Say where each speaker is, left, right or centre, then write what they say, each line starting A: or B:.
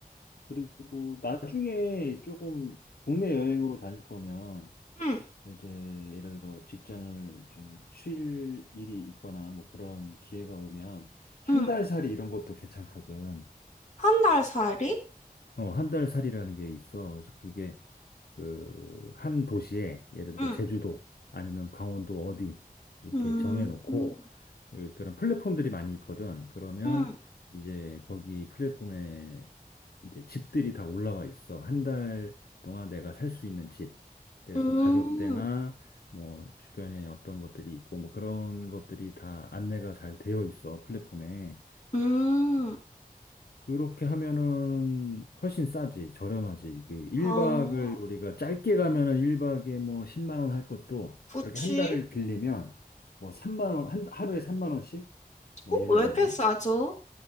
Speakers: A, on the left; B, on the left.
A: 그리고 나중에 조금 국내 여행으로 다닐 거면
B: 응,
A: 이제 예를 들어 직장을 좀 쉴 일이 있거나 뭐 그런 기회가 오면 한
B: 응.
A: 달 살이 이런 것도 괜찮거든.
B: 한 달 살이?
A: 어, 한 달 살이라는 게 있어. 그래서 그게 그 한 도시에 예를 들어
B: 응,
A: 제주도 아니면 강원도 어디 이렇게
B: 음,
A: 정해놓고
B: 음,
A: 예, 그런 플랫폼들이 많이 있거든. 그러면
B: 음,
A: 이제 거기 플랫폼에 이제 집들이 다 올라와 있어. 한 달 동안 내가 살 수 있는 집. 그래서
B: 음,
A: 가격대나 뭐 주변에 어떤 것들이 있고 뭐 그런 것들이 다 안내가 잘 되어 있어 플랫폼에.
B: 음.
A: 그렇게 하면은 훨씬 싸지, 저렴하지. 이게 1박을
B: 어,
A: 우리가 짧게 가면은 1박에 뭐 10만 원 할 것도
B: 그치?
A: 그렇게 한 달을 빌리면 뭐 삼만 원, 한, 하루에 3만 원씩? 뭐
B: 어,
A: 예를
B: 왜
A: 들면.
B: 이렇게 싸죠?